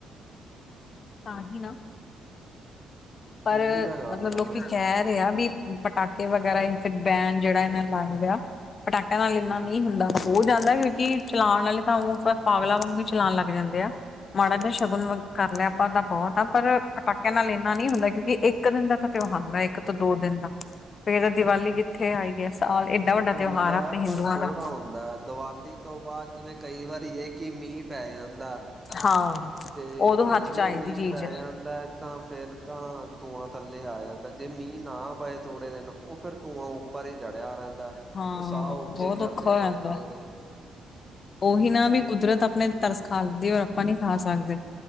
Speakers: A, on the left (about 45°); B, on the right (about 15°).
A: ਤਾਂ ਹੀ ਨਾ ਪਰ
B: ਇਹੀ ਤਾਂ ਗੱਲ
A: ਮਤਲਬ
B: ਆ
A: ਲੋਕੀ
B: ਨਾ
A: ਕਹਿਣ ਆ ਵੀ ਪਟਾਕੇ ਵਗੈਰਾ ਜਾਂ ਫਿਰ ਬੈਨ ਜਿਹੜਾ ਇਹਨਾਂ ਲਾਏ ਵ ਆ ਪਟਾਕਿਆਂ ਨਾਲ ਇੰਨਾ
B: ਹੂੰ।
A: ਨੀ ਹੁੰਦਾ। ਹੋ ਜਾਂਦਾ ਕਿਉਂਕਿ ਚਲਾਉਣ ਵਾਲੇ ਤਾਂ ਪਾਗਲਾ ਵਾਂਗ ਵੀ ਚਲਾਉਣ ਲੱਗ ਜਾਂਦੇ ਆ। ਮਾੜਾ ਜਹਾ ਸ਼ਗੁਨ ਕਰ ਲਿਆ ਆਪਾਂ ਤਾਂ ਬਹੁਤ ਆ। ਪਰ ਪਟਾਕਿਆਂ ਨਾਲ ਇੰਨਾ ਨੀ ਹੁੰਦਾ ਕਿਉਕਿ ਇੱਕ ਦਿਨ ਦਾ ਤਾਂ ਤਿਉਹ ਹਮਰਾ ਇੱਕ ਤੋਂ ਦੋ ਦਿਨ ਦਾ ਫੇਰ ਦੀਵਾਲੀ ਕਿੱਥੇ ਆਈ ਐ? ਸਾਲ ਏਡਾ
B: ਉਹ
A: ਵੱਡਾ
B: ਹੁੰਦਾ
A: ਤਿਉਹਾਰ ਆ ਆਪਣੇ
B: ਪਰ
A: ਹਿੰਦੂਆਂ
B: ਥੋੜ੍ਹਾ
A: ਦਾ।
B: ਹੁੰਦਾ ਦੀਵਾਲੀ ਤੋਂ ਬਾਅਦ ਜਿਵੇਂ ਕਈ ਵਾਰੀ ਇਹ ਕਿ ਮੀਂਹ ਪੈ ਜਾਂਦਾ।
A: ਹਾਂ,
B: ਤੇ
A: ਉਦੋਂ ਹੱਥ
B: ਜੇ
A: ਚ ਆ
B: ਉਹ
A: ਜਾਂਦੀ
B: ਮੀਂਹ
A: ਚੀਜ਼
B: ਪੈ ਜਾਂਦਾ ਐ ਤਾਂ ਫੇਰ ਤਾਂ ਧੂੰਆਂ ਥੱਲੇ ਆ ਜਾਂਦਾ ਜੇ ਮੀਂਹ ਨਾ ਪਏ ਥੋੜੇ ਦਿਨ ਉਹ ਫੇਰ ਧੂੰਆਂ ਪਰ ਹੀ ਚੜਿਆ ਰਹਿੰਦਾ
A: ਹਾਂ
B: ਉਹ ਸਾਹ ਔਖੇ
A: ਬਹੁਤ
B: ਕਰਦੇ
A: ਔਖਾ ਹੋ
B: ਲੋਕਾਂ
A: ਜਾਂਦਾ
B: ਦੇ।
A: ਉਹੀ ਨਾ ਵੀ ਕੁਦਰਤ ਆਪਣੇ ਤਰਸ ਖਾ ਲੈਦੀ ਔਰ ਆਪਾਂ ਨੀ ਖਾ ਸਕਦੇ।